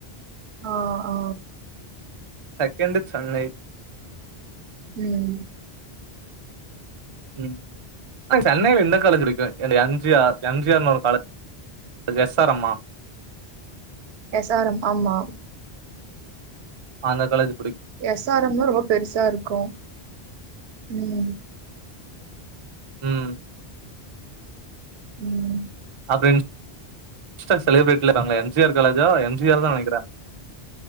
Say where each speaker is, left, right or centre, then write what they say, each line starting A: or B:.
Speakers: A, on the right (about 75°); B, on the right (about 40°).
A: ஆ ஆ
B: செகண்டு சென்னை
A: உம்
B: ம் சென்னையில எந்த காலேஜ் இருக்கு இந்த எம் ஜிஆர் எம் ஜி ஆர்னு ஒரு காலேஜ் அது எஸ் ஆர் எம் ஆ
A: எஸ் ஆர் ம் ஆமா
B: ஆந்த காலேஜு
A: எஸ் ஆர் எம்ல ரொம்ப பெருசா இருக்கோ உம்
B: உம்
A: உம்
B: ஃப்ரெண்ட்ஸ் எக்ஸ்ட்ரா செலப்ரேட்லா தராங்களே எம் ஜி ஆர் காலேஜா எம் ஜி ஆர் தா நெனைக்கிறே